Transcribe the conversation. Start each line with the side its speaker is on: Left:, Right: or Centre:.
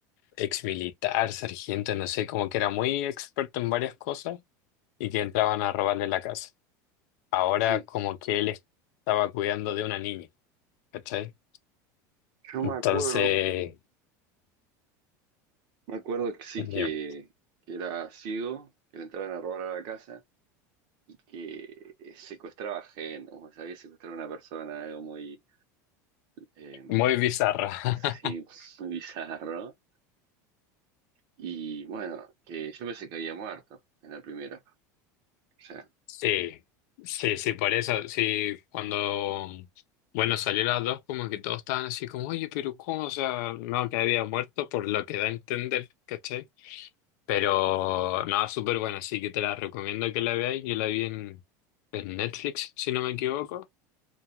Left: ex militar, sargento, no sé, como que era muy experto en varias cosas y que entraban a robarle la casa. Ahora
Right: Sí,
Left: como que él estaba cuidando de una niña, ¿cachai?
Right: yo
Left: Entonces,
Right: me acuerdo, me acuerdo que sí,
Left: eh,
Right: que, que era ciego, que le entraban a robar a la casa y que eh, secuestraba gente, o sea, había secuestrado a una persona, algo muy, eh,
Left: muy bizarra. <laughs>
Right: sí, muy bizarro. Y bueno, que yo pensé que había muerto en la primera. O sea,
Left: Sí, sí, sí, por eso, sí, cuando, bueno, salió las dos, como que todos estaban así como, oye, pero ¿cómo? O sea, no, que había muerto, por lo que da a entender, ¿cachai? Pero, no, súper buena, así que te la recomiendo que la veáis, yo la vi en, en Netflix, si no me equivoco,